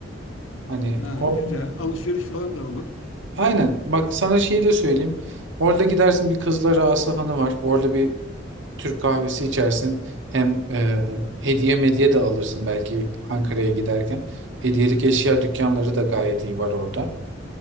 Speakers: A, on the right (about 65°); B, on the left (about 80°).
A: Hani
B: Ha,
A: or
B: güzel. Alışveriş falan da olur.
A: aynen bak sana şeyi de söyleyeyim. Orada gidersin bir Kızlar Ağası Hanı var. Orada bir Türk kahvesi içersin. Hem e, hediye medya de alırsın belki Ankara'ya giderken. Hediyelik eşya dükkanları da gayet iyi var orada.